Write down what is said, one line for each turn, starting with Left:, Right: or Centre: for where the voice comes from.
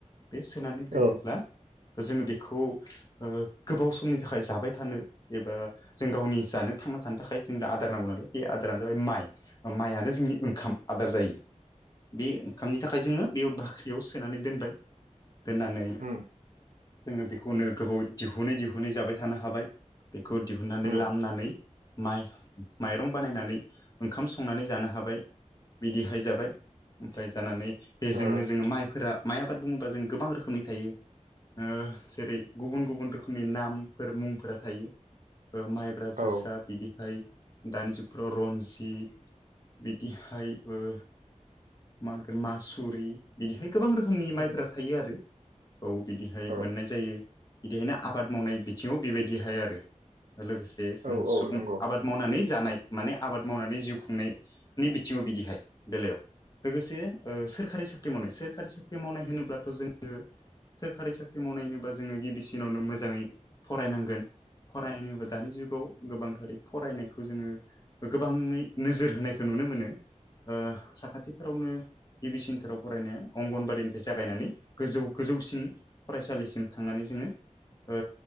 Left: बे सोनानै दोनोब्ला
Right: औ
Left: जोङो बेखौ ओ गोबाव समनि थाखाय जाबाय थानो एबा जों गावनि जानो थांना थानो थाखाय जोंनो आदार नांगौ नालाय बे आदारानो जाबाय माइ। ओ माइयानो जोंनि ओंखाम आदार जायो। बे ओंखामनि थाखाय जोङो बेयाव बाख्रियाव सोनानै दोनबाय दोननानै
Right: उम
Left: जोङो बेखौनो गोबाव दिहुनै दिहुनै जाबाय थानो हाबाय बेखौ दिहुननानै
Right: उम
Left: लामनानै माइ माइरं बानायनानै ओंखाम संनानै जानो हाबाय बिदिहाय जा जाबाय ओमफ्राय जानानै बेजोंनो
Right: ओ
Left: जोङो माइफोरा माइ आबाद बुङोबा जों गोबां रोखोमनि थायो ओ जेरै गुबुन गुबुन रोखोमनि नामफोर मुंफोरा थायो। ओ माइब्रा
Right: औ
Left: जोसा बिदिहाय दानि जुगफोराव रन्जित बिदिहायबो मा होनगोन मासुरि बिदिहाय गोबां रोखोमनि
Right: औ
Left: माइफोरा थायो आरो। औ बिदिहाय
Right: औ
Left: मोननाय जायो बिदिहायनो आबाद मावनाय बिथिङाव बेबायदिहाय आरो लोगोसे जों
Right: औ
Left: सुबुं
Right: औ नंगौ
Left: आबाद मावनानै जानाय माने आबाद मावनानै जिउ खुंनायनि बिथिङाव बिदिहाय बेलायाव लोगोसे ओ सोरखारि साख्रि मावनाय सोरखारि साख्रि मावनाय होनोब्लाथ' जोङो सोरखारि साख्रि मावनाय होनोबा जोङो गिबिसिनावनो मोजाङै फरायनांगोन फरायनोबा दानि जुगाव गोबांथारै फरायनायखौ जोङो ओ गोबाङै नोजोर होनायखौ नुनो मोनो ओ साखाथिफोरावनो गिबि सिनथाराव फरायनाया अंगनबादिनिफ्राय जागायनानै गोजौ गोजौसिन फरायसालिसिम थांनानै जोङो ओ